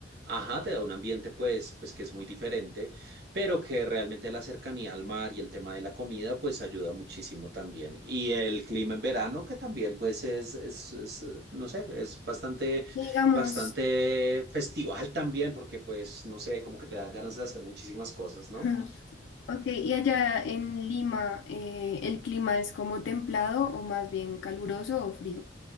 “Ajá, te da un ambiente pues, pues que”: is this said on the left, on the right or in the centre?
Right